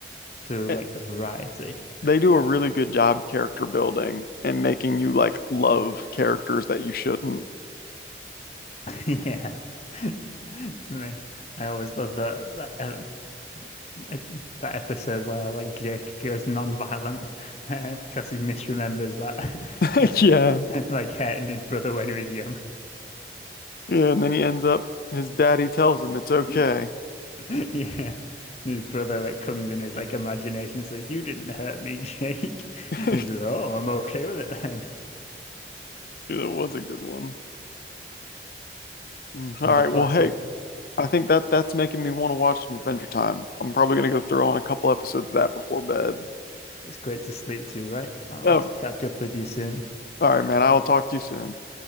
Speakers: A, on the left; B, on the left.
A: through
B: And,
A: like the variety.
B: they do a really good job character building and making you like love characters that you shouldn't.
A: <laughs> Yeah. <laughs> I I always love that that um, like that episode where like Jake goes non-violent <laughs> uh, because he misremembers that
B: <laughs> Yeah.
A: <laughs> like hurting his brother when he was young.
B: Yeah, and then he ends up, his daddy tells him it's okay.
A: <laughs> Yeah. And his brother like comes in his like imagination and says, You didn't hurt me, Jake. <laughs>
B: <laughs>
A: And he says, Oh, I'm okay with it then.
B: It was a good one. Mm. All
A: And
B: right,
A: the classic,
B: well, hey, I think that that's making me want to watch some Adventure Time. I'm probably gonna go throw on a couple episodes of that before bed.
A: it's great to sleep to, right? I'll
B: Oh,
A: catch up with you soon.
B: all right, man, I will talk to you soon.